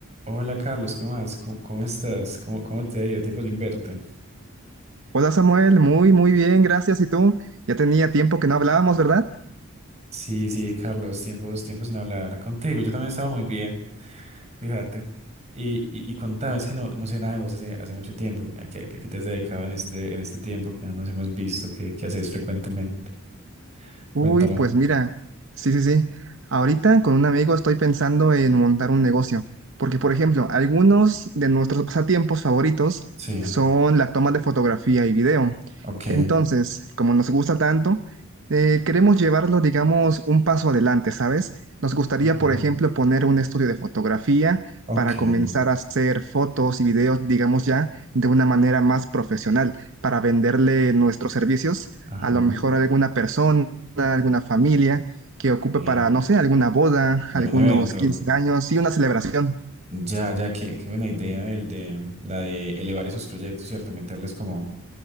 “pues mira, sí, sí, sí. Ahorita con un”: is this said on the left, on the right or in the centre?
Right